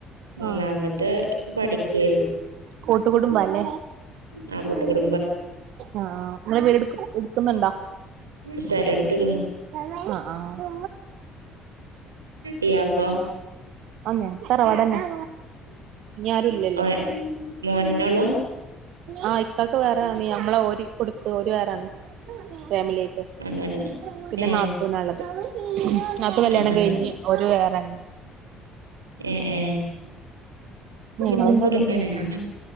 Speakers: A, on the right (about 85°); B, on the right (about 60°).
A: മൂന്നാമത്തെ
B: ആ
A: പഠിക്കാണ്
B: കൂട്ടുകുടുംബല്ലേ
A: ആ കുട്ടികളും
B: ആ നിങ്ങള് വീട് എടുക്കുന്നുണ്ടോ
A: സ്ഥലം എടുത്തേക്കാണ്
B: അഹ് ആഹ്
A: ഇയാക്കോ
B: അങ്ങ് തറവാടെന്നെയാ. ഇനി ആരുല്ലല്ലോ
A: ഓ മോനോള്ളൂ
B: ആഹ് ഇക്കാക്ക് വേറെ പണിയാ. നമ്മളെ ഓരി കൊടു ഓര് വേറെയാണ്, ഫാമിലി ആയിട്ട്
A: അങ്ങനെ
B: പിന്നെ
A: ഏ
B: നാത്തുനാ ഉള്ളത് നാത്തൂൻ കല്യാണം
A: അങ്ങനെ
B: കഴിഞ്ഞ് ഓല് വേറെയാണ്.
A: ഏഹ് ഏഹ്
B: ഞങ്ങളെന്നെ
A: ഇമൂക്കടുങ്ങനെ
B: ഉള്ളു
A: അങ്ങനെ